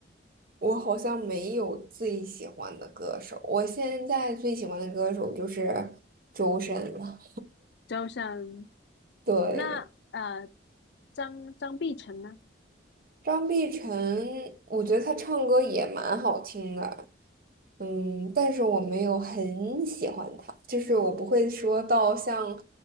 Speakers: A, on the right; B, on the left.
A: 我好像没有最喜欢的歌手，我现在最喜欢的歌手就是周深了。
B: 周深，
A: 对，
B: 那呃，张张碧晨呢？
A: 张碧晨，我觉得她唱歌也蛮好听的，嗯，但是我没有很喜欢她，就是我不会说到像